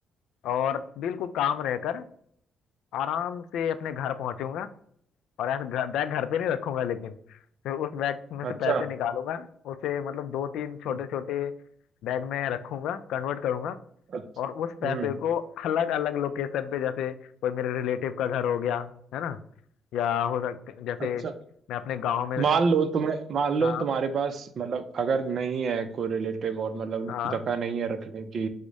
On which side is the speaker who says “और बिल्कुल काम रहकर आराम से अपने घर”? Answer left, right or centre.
Left